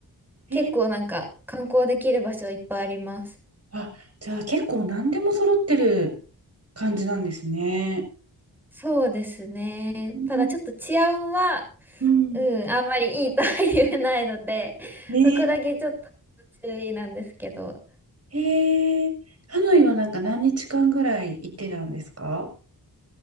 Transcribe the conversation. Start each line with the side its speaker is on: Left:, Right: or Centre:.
Right: えー、
Centre: 結構なんか観光できる場所いっぱいあります。
Right: あ、じゃあ結構何でも揃ってる感じなんですね。
Centre: そうですね。
Right: うん
Centre: ただちょっと治安は、
Right: うん
Centre: うん、あんまりいいとは言えないので、
Right: ね
Centre: そこだけちょっと注意なんですけど、
Right: え、えー、ハノイはなんか何日間ぐらい行ってたんですか